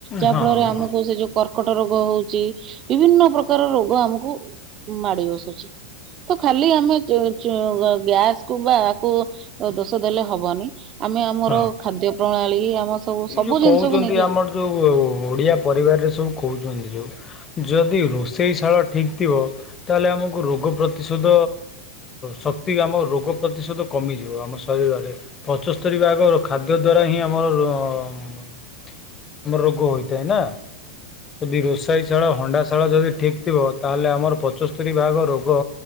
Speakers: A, on the right; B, on the left.
A: ଯାହା
B: ହଁ
A: ଫଳରେ
B: ହଁ
A: ଆମକୁ ସେ ଯୋଉ କର୍କଟ ରୋଗ ହଉଛି ବିଭିନ୍ନ ପ୍ରକାର ରୋଗ ଆମକୁ ମାଡି ବସୁଛି ତ ଖାଲି ଆମେ ଚ ଚ ଗ୍ୟାସ୍ ବା ଆକୁ ଦୋଷ ଦେଲେ ହବନି ଆମେ ଆମର
B: ହଁ।
A: ଖାଦ୍ୟ ପ୍ରଣାଳୀ ଆମ ସବୁ
B: ଏଇ
A: ସବୁ
B: ଯୋଉ
A: ଜିନିଷକୁ
B: କହୁଛନ୍ତି
A: ନେଇକି
B: ଆମର
A: ହବ।
B: ଯୋଉ ଓଡିଆ ପରିବାରରେ ସବୁ କହୁଛନ୍ତି ଯୋଉ ଯଦି ରଷ ସେହି ଶାଳ ଠିକ୍ ଥିବ ତାହେଲେ ଆମକୁ ରୋଗ ପ୍ରତିଶୋଧ ଶକ୍ତି ଆମ ରୋଗ ପ୍ରତିଶୋଧ କମିଯିବ ଆମ ଶରୀରରେ ପଞ୍ଚସ୍ତରୀ ଭାଗ ଖାଦ୍ୟ ଦ୍ୱାରା ହିଁ ଆମର ଆମର ରୋଗ ହୋଇଥାଏ ନା ଯଦି ରୋସାଇ ଶାଳ ହଣ୍ଡାଶାଳ ଯଦି ଠିକ୍ ଥିବ ତାହେଲେ ଆମର ପଞ୍ଚସ୍ତରୀ ଭାଗ ରୋଗ